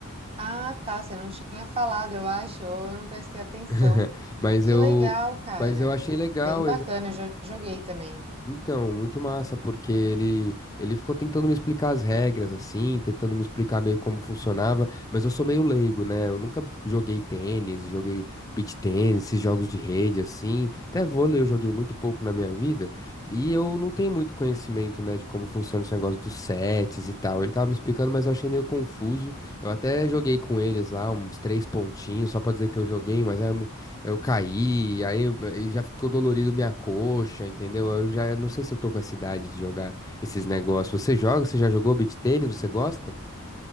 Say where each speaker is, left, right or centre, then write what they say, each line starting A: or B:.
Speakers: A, on the right (about 30°); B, on the left (about 15°).
A: Ah, tá, você não tinha falado, eu acho, ou eu não prestei atenção.
B: <laughs> Mas
A: Que
B: eu,
A: legal, cara.
B: mas eu achei legal.
A: Bem bacana, eu já joguei também.
B: Então, muito massa, porque ele, ele ficou tentando me explicar as regras, assim, tentando me explicar meio como funcionava, mas eu sou meio leigo, né? Eu nunca joguei tênis, joguei beach tênis, esses jogos de rede, assim. Até vôlei eu joguei muito pouco na minha vida, e eu não tenho muito conhecimento, né, de como funciona esse negócio dos sets e tal. Ele tava me explicando, mas eu achei meio confuso. Eu até joguei com eles lá, uns três pontinhos, só pra dizer que eu joguei, mas aí eu me, eu caí, aí eu- aí já ficou dolorido minha coxa, entendeu? Eu já não sei se eu tô com essa idade de jogar esses negócios. Você joga? Você já jogou beach tênis? Você gosta?